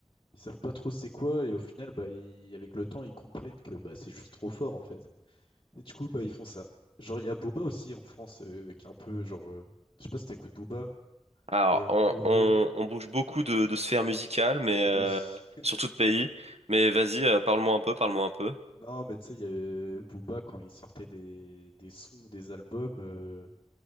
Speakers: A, on the left (about 45°); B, on the right (about 80°).
A: ils savent pas trop c'est quoi, et au final, bah, ils- avec le temps, ils comprennent que bah, c'est juste trop fort, en fait. Et du coup, bah, ils font ça. Genre, il y a Booba aussi en France euh, qui est un peu genre. euh, je sais pas si t'écoutes Booba,
B: Alors,
A: mais en
B: on,
A: gros,
B: on- on bouge beaucoup de, de sphères musicales, mais
A: oui.
B: euh, surtout de pays. Mais vas-y, euh, parle-moi un peu, parle-moi un peu.
A: Non, mais tu sais, il y avait Booba quand il sortait des, des sons, des albums, euh,